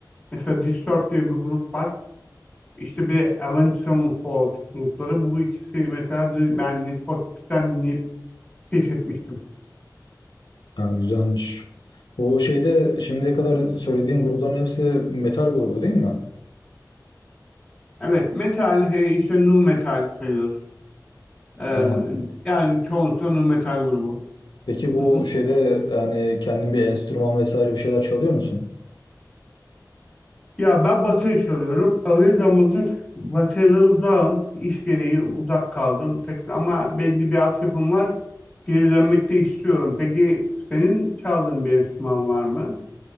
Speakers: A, in the centre; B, on the left (about 80°).
A: Mesela Disturbed diye bir grup var. İşte bir de Avenged Sevenfold grupları. Bu ikisi mesela ben Need for Speed'den dinleyip keşfetmiştim.
B: Yani güzelmiş. O şeyde şimdiye kadar söylediğin grupların hepsi metal grubu değil mi?
A: Evet, metal e, işte nu metal sayılır. Ee,
B: Anladım.
A: yani çoğunlukla nu metal grubu.
B: Peki bu
A: Hı hı.
B: şeyde yani kendin bir enstrüman vesaire bir şeyler çalıyor musun?
A: Ya ben bateri çalıyorum. Ağır zamandır bateriden uzağım. İş gereği uzak kaldım. Tek, ama belli bir altyapım var. Geri dönmek de istiyorum. Peki senin çaldığın bir enstrüman var mı?